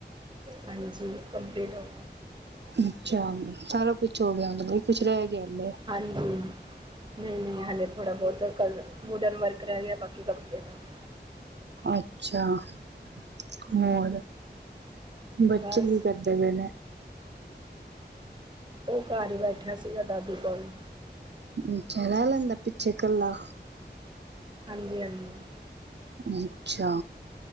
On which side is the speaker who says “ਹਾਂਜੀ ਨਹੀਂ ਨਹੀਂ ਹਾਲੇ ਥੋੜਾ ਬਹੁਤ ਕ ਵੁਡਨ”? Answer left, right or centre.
Right